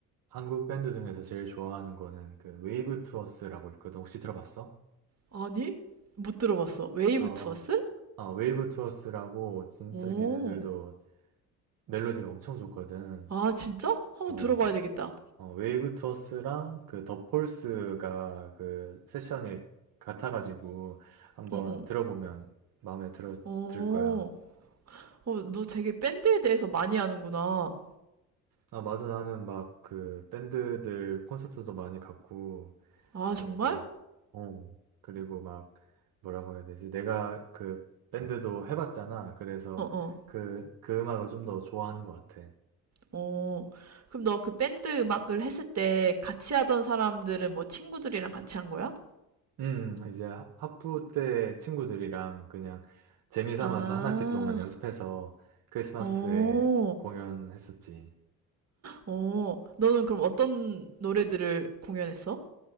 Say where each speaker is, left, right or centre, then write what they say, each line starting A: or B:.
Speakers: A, on the right; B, on the right.
A: 한국 밴드 중에서 제일 좋아하는 거는 그 웨이브 투어스라고 있거든. 혹시 들어봤어?
B: 아니? 못 들어봤어. 웨이브
A: 어,
B: 투어스?
A: 아, 웨이브 투어스라고 진짜
B: 오.
A: 걔네들도 멜로디가 엄청 좋거든.
B: 아, 진짜? 한번
A: 어,
B: 들어봐야
A: 그래.
B: 되겠다.
A: 어, 웨이브 투어스랑 그 더 폴스가 그 세션이 같아가지고 한번
B: 어, 어.
A: 들어보면 마음에 들어,
B: 어,
A: 들 거야.
B: 어, 너 되게 밴드에 대해서 많이 아는구나.
A: 아, 맞아. 나는 막 그 밴드들 콘서트도 많이 갔고,
B: 아,
A: 그리고,
B: 정말?
A: 어, 그리고 막 뭐라고 해야 되지? 내가 그 밴드도 해봤잖아. 그래서
B: 어, 어,
A: 그, 그 음악을 좀 더 좋아하는 것 같아.
B: 어. 그럼 너 그 밴드 음악을 했을 때 같이 하던 사람들은 뭐 친구들이랑 같이 한 거야?
A: 음, 이제 하- 학부 때 친구들이랑 그냥 재미 삼아서
B: 아,
A: 한 학기 동안 연습해서 크리스마스에
B: 어,
A: 공연했었지.
B: 어. 너는 그럼 어떤 노래들을 공연했어?